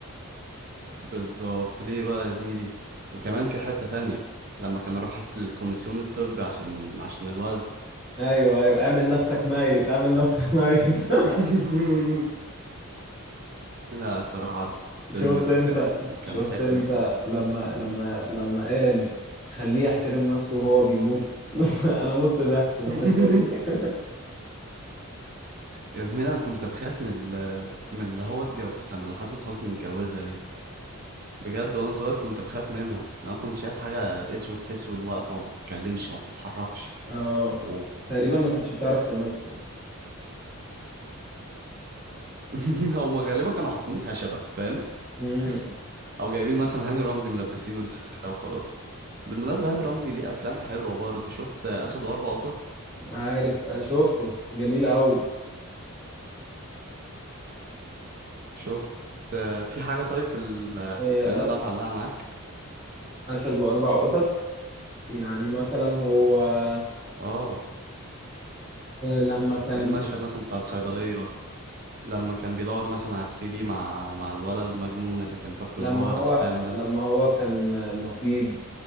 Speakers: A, on the right; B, on the right.
A: بالظبط ليه بقى يا زميلي وكمان في حتة تانية لما كان راح الكوميسيون الطبي عشان عشان الوزن
B: ايوه ايوه اعمل نفسك ميت اعمل نفسك ميت <laughs>
A: <laughs> لا الصراحة الفيلم
B: شفت
A: ده
B: انت
A: كان كان
B: شفت
A: حلو
B: انت
A: جدا
B: لما لما لما قال خليه يحترم نفسه وهو بيموت <laughs> انا مت ضحك من
A: <laughs>
B: الحتة دي <laughs>
A: يا زميلي انا كنت بخاف من ال- من اللي هو اتجوزها من اللي حسن حسني اتجوزها دي بجد وانا صغير كنت بخاف منها اصلا انا كنت شايف حاجه اسود في اسود واقفه وما بتتكلمش وما بتتحركش
B: اه
A: و
B: تقريبا ما كانتش بتعرف تمثل
A: <laughs> هم غالبا كانوا حاطين خشبه فاهم
B: امم
A: <laughs> او جايبين مثلا هاني رمزي ملبسينه اللبس ده وخلاص بالمناسبة هاني رمزي ليه افلام حلوة برضه شفت آه، اسد واربع قطط
B: عارف آه، شفته جميل قوي
A: شفت آه، في حاجة طيب في ال- آه،
B: آه،
A: في الفيلم
B: أس-
A: ده معلقة معاك
B: اسد واربع قطط يعني مثلا هو آه،
A: اه
B: لما كان
A: المشهد مثلا بتاع الصيدلية لما كان بيدور مثلا على السي دي مع مع الولد المجنون اللي كان فاكره
B: لما
A: ان هو
B: هو
A: رسام ده
B: لما
A: بس.
B: هو كان نقيب